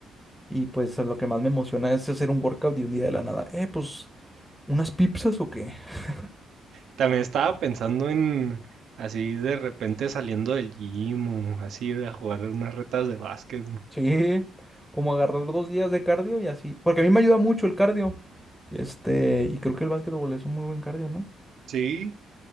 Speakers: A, in the centre; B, on the right.
A: Y pues lo que más me emociona es hacer un workout de un día de la nada. Eh, pues, ¿unas pizzas o qué? <laughs>
B: También estaba pensando en, así de repente saliendo del gym o así ir a jugar unas retas de básquet.
A: Sí, como agarrar dos días de cardio y así. Porque a mí me ayuda mucho el cardio. Este, y creo que el básquetbol es un muy buen cardio, ¿no?
B: Sí,